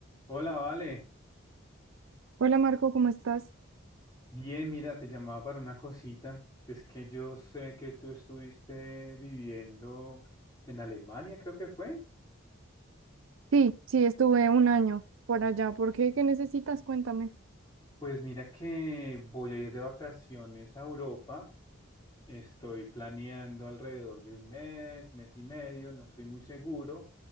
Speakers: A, on the left (about 20°); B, on the right (about 75°).
A: Hola, Vale.
B: Hola Marco, ¿cómo estás?
A: Bien, mira, te llamaba para una cosita. Es que yo sé que tú estuviste viviendo en Alemania, creo que fue.
B: Sí, sí, estuve un año por allá. ¿Por qué? ¿Qué necesitas? Cuéntame.
A: Pues mira que voy a ir de vacaciones a Europa Estoy planeando alrededor de un mes, mes y medio, no estoy muy seguro.